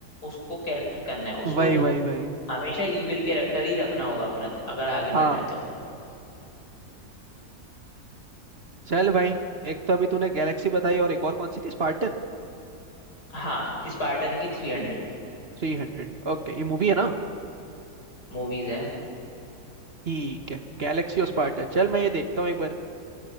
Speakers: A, on the left; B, on the right.
A: उसको कैरेक्टर करना है उसको
B: वही वही वही
A: हमेशा इविल कैरेक्टर ही रखना होगा अपना अगर आगे बढ़ना
B: हाँ
A: है तो
B: चल भाई एक तो अभी तूने गैलेक्सी बताई और एक और कौन सी थी स्पार्टन
A: हाँ स्पार्टन की थ्री हंड्रेड
B: थ्री हंड्रेड ओके ये मूवी है ना
A: मूवीज हैं
B: ठीक है गैलेक्सी और स्पार्टन चल मैं ये देखता हूँ एक बार